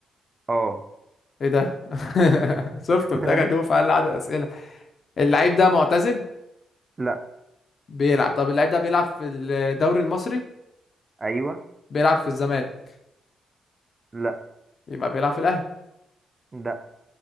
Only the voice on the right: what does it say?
اه
<laughs>
لا
ايوه
لا
لا